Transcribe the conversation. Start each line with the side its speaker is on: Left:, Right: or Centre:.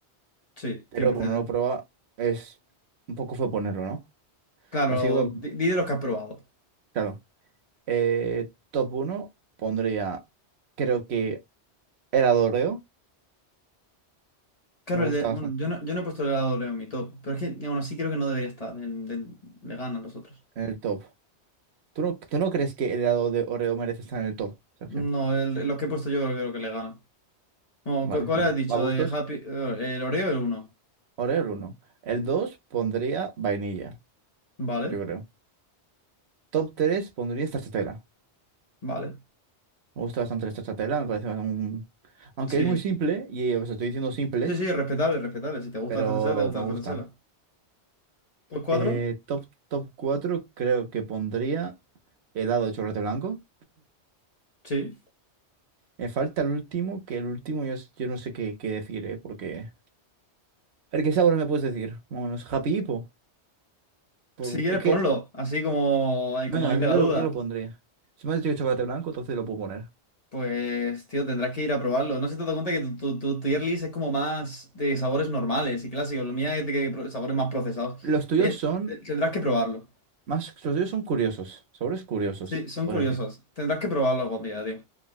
Left: Sí,
Right: pero
Left: cien por
Right: como
Left: ciento.
Right: no lo he probado, es un poco fue ponerlo, ¿no?
Left: Claro,
Right: Así que voy a... pon-
Left: di, di de los que has probado.
Right: Claro. Eh, top uno pondría, creo que el Doreo,
Left: Claro,
Right: me gusta
Left: el de- bueno,
Right: bastante
Left: yo no, yo no he puesto el helado de Oreo en mi top, pero es que aún así creo que no debería estar. en- de- le ganan los otros.
Right: en el top. ¿Tú no, tú no crees que el helado de Oreo merece estar en el top, Sergio?
Left: No, el- los que he puesto yo creo que lo que le ganan. No,
Right: Vale,
Left: ¿cu- ¿cuál,
Right: bueno.
Left: has dicho?
Right: a gustos?
Left: De Happy, eh, el Oreo el uno.
Right: Oreo el 1. El 2 pondría vainilla,
Left: Vale,
Right: yo creo. Top 3 pondría stracciatella.
Left: vale.
Right: Me gusta bastante la stracciatella, me parece un... Aunque
Left: Sí.
Right: es muy simple, y os estoy diciendo simples,
Left: Sí, sí, respetable, respetable. Si te gusta
Right: pero
Left: la TTSL, te gusta
Right: me
Left: la
Right: gustan.
Left: TTSL. ¿Pues cuatro.
Right: Eh, top, top 4 creo que pondría helado de chocolate blanco.
Left: Sí.
Right: Me falta el último, que el último yo, s- yo no sé qué, qué decir, ¿eh? Porque... el ¿qué sabor me puedes decir? Vámonos, Happy Hippo. Por-
Left: Si quieres,
Right: Es que
Left: ponlo. Así como el
Right: Venga,
Left: comodín de
Right: yo
Left: la duda.
Right: lo, yo lo pondría. Si me has dicho que chocolate blanco, entonces lo puedo poner.
Left: Pues, tío, tendrás que ir a probarlo. No sé si te das cuenta que tu, tu, tu tu tier list es como más de sabores normales y clásicos. Lo mía es de que pro- sabores más procesados.
Right: Los tuyos
Left: Te-
Right: son
Left: te- tendrás que probarlo.
Right: más, los tuyos son curiosos, sabores curiosos,
Left: Sí, son
Right: se puede
Left: curiosos.
Right: decir.
Left: Tendrás que probarlo algún día, tío.